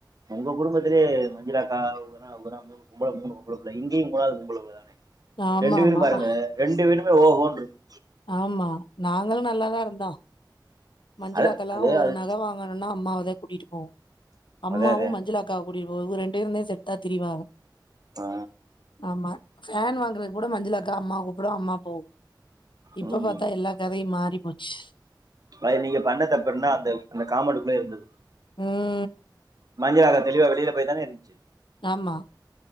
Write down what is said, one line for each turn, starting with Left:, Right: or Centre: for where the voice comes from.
Right: உங்க குடும்பத்திலே மஞ்சுளாக்கா மூணு பொம்பள புள்ள இங்கயு மூணாவது பொம்பள புள்ள தானே
Left: ஆமாமா.
Right: ரெண்டு வீடு பாருங்க
Left: ஆமா.
Right: ரெண்டு வீடுமே ஓகோண்ருக்கு
Left: ஆமா நாங்களு நல்லாதா இருந்தோ மஞ்சுளாக்கல்லா
Right: அது அது
Left: ஒரு
Right: அது
Left: நக வாங்க ன்னா அம்மாவ தா கூட்டிட்டுப்போவு அம்மாவு
Right: அதே அதே
Left: மஞ்சுளா அக்காவ கூட்டி போவு இவ்க ரெண்டு பேருந்தே செட்டா திரிவாக
Right: ஆ
Left: ஆமா ஃபேன் வாங்குறது கூட மஞ்சுள அக்கா அம்மாவ கூப்டு அம்மா போகு இப்ப
Right: ம்.
Left: பாத்தா எல்லா கதையு மாறி போச்சு
Right: அது நீங்க பண்ண தப்பு என்னென்ன அந்த அந்த காம்பவுண்டுக்குள்ள இருந்தது
Left: ம்
Right: மஞ்சுளாஅக்கா தெளிவா வெளியில போயி தானே இருந்துச்சு
Left: ஆமா